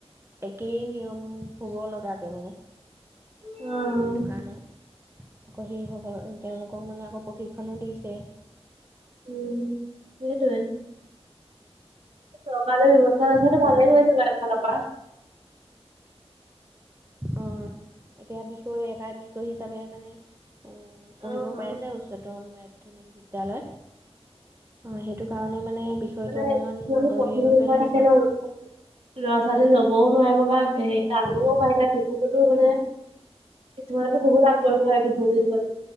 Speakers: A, on the right; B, on the right.
A: একেই নিয়ম হ'ব লগাকে মানে।
B: উম।
A: সেইটো কাৰণে। আকৌ সেইসকল, তেওঁলোকক মানে আকৌ প্ৰশিক্ষণো দিছে।
B: উম। সেইটোৱে। চৰকাৰ যে ব্যৱস্থা লৈছে সেইটো
A: আকৌ
B: ভালে
A: নতুন
B: কৰিছে
A: নতুনকে
B: এক'ফালৰপৰা।
A: কিতাপ অ', এতিয়া বিষয়, এটা বিষয় হিচাপে মানে অ পঢ়িব
B: অ অ
A: পাৰিছে যে উচ্চতম মাধ্যমিক বিদ্যালয়ত। অ', সেইটো কাৰণে মানে বিষয়টো
B: মানে
A: অকমান,
B: কিছুমানে
A: গভীৰভাৱে
B: কঠিন বিষয়
A: লৈছো
B: থাকে ন
A: আও
B: ল'ৰা ছোৱালী লবও নোৱাৰিব বা, হে
A: অ
B: <unintelligible> কিছুমানতো বহুত আগ্ৰহী হয় বিহু বুলি কলে।